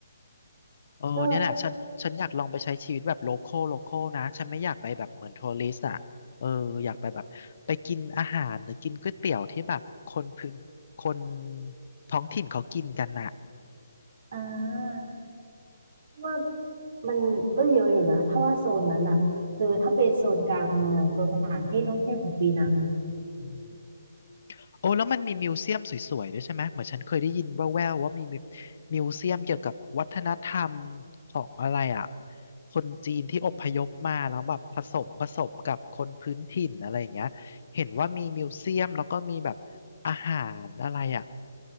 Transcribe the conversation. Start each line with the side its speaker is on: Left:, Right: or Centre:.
Left: เออเนี่ยแหละฉันฉันอยากลองไปใช้ชีวิตแบบโลคอลโลคอลนะฉันไม่อยากไปแบบเหมือนทัวริสต์อ่ะเอออยากไปแบบไปกินอาหารหรือกินก๋วยเตี๋ยวที่แบบคนพื้นคน
Right: ก็
Left: ท้องถิ่นเขากินกันน่ะ
Right: อ่าเพราะว่ามันก็เยอะอยู่นะถ้าว่าโซนนั้นอะคือถ้าไปโซนกลางเมืองโซนสถานที่ท่องเที่ยวของปีนังอะ
Left: อืม โอ้แล้วมันมีมิวเซียมสวยๆด้วยใช่ไหมเหมือนฉันเคยได้ยินแว่วๆว่ามีมิมิวเซียมเกี่ยวกับวัฒนธรรมของอะไรอ่ะคนจีนที่อพยพมาแล้วแบบผสมผสมกับคนพื้นถิ่นอะไรอย่างเงี้ยเห็นว่ามีมิวเซียมแล้วก็มีแบบอาหารอะไรอ่ะ